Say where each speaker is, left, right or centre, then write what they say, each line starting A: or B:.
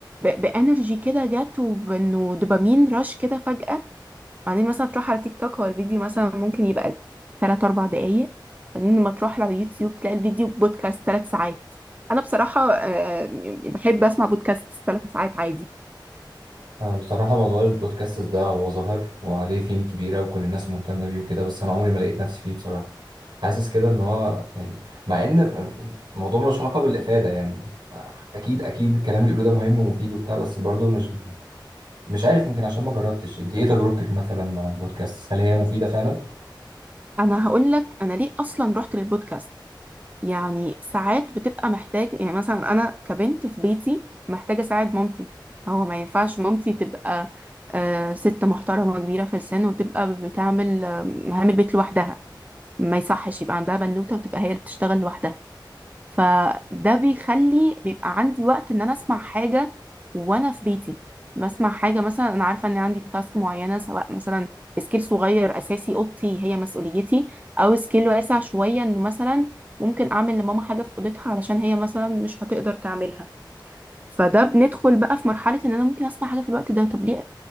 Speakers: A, on the right; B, on the right.
A: بانرجي كده جت وبانه دوبامين رش كده فجأة بعدين مثلا تروح على تيك توك هو الفيديو مثلا ممكن يبقى تلات أربع دقايق بعدين لما تروح على يوتيوب تلاقي الفيديو بودكاست ثلاث ساعات أنا بصراحة آه، بحب أسمع بودكاست ثلاث ساعات عادي
B: آه، بصراحه موضوع البودكاست ده هو ظهر وعليه فيم كبيره وكل الناس مهتمه بيه وكده بس انا عمري ما لقيت نفسي فيه بصراحه حاسس كده ان هو يعني مع ان الموضوع ملوش علاقه بالافاده يعني اكيد اكيد الكلام اللي بيقولوه ده مهم ومفيد وبتاع بس برضه مش مش عارف يمكن عشان ما جربتش انت ايه تجربتك مثلا مع البودكاست هل هي مفيدة فعلا
A: انا هقول لك انا ليه اصلا رحت للبودكاست يعني ساعات بتبقى محتاج يعني مثلا انا كبنت في بيتي محتاجه اساعد مامتي هو ما ينفعش مامتي تبقى آه، ست محترمه كبيره في السن وتبقى بتعمل آه، مهام البيت لوحدها ما يصحش يبقى عندها بنوته وتبقى هي اللي بتشتغل لوحدها فده بيخلي بيبقى عندي وقت ان انا اسمع حاجة وانا في بيتي بسمع حاجة مثلا انا عارفة ان عندي تاسك معينة سواء مثلا سكيل صغير اساسي اوضتي هي مسؤوليتي او سكيل واسع شوية ان مثلا ممكن اعمل لماما حاجة في اوضتها علشان هي مثلا مش هتقدر تعملها فده بندخل بقى في مرحلة ان انا ممكن اسمع حاجة في الوقت ده طب ليه